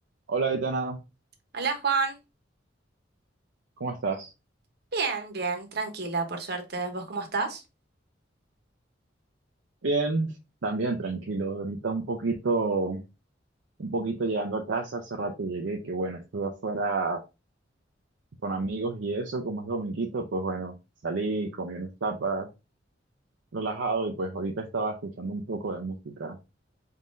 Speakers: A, on the right; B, on the right.
A: Hola, Aitana,
B: Hola Juan,
A: ¿cómo estás?
B: bien, bien, tranquila, por suerte. ¿Vos cómo estás?
A: Bien, también tranquilo. Ahorita un poquito, un poquito llegando a casa, hace rato llegué, que bueno, estuve afuera con amigos y eso, como es dominguito, pues bueno, salí, comí unas tapas, relajado y pues ahorita estaba escuchando un poco de música.